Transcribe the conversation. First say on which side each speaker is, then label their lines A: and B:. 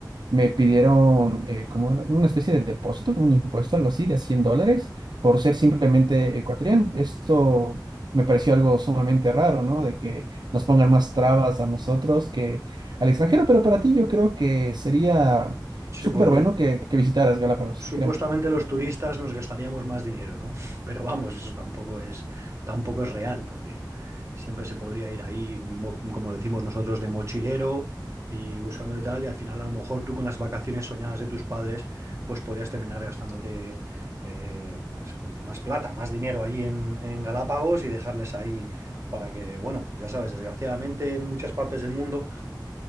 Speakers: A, on the right (about 65°); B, on the right (about 40°).
A: me pidieron eh, como una una especie de depósito, como un impuesto, algo así, de 100 dólares por ser simplemente ecuatoriano. Esto me pareció algo sumamente raro, ¿no? De que nos pongan más trabas a nosotros que al extranjero, pero para ti yo creo que sería
B: Sí,
A: súper
B: porque
A: bueno que, que visitaras Galápagos,
B: supuestamente
A: créeme,
B: los turistas nos gastaríamos más dinero, ¿no? <laughs> Pero vamos, eso tampoco es, tampoco es real, porque siempre se podría ir ahí, mo- como decimos nosotros, de mochilero y buscando de tal, y al final a lo mejor tú con las vacaciones soñadas de tus padres, pues podías terminar gastándote eh, pues, pues más plata, más dinero allí en, en Galápagos y dejarles ahí para que, bueno, pues ya sabes, desgraciadamente en muchas partes del mundo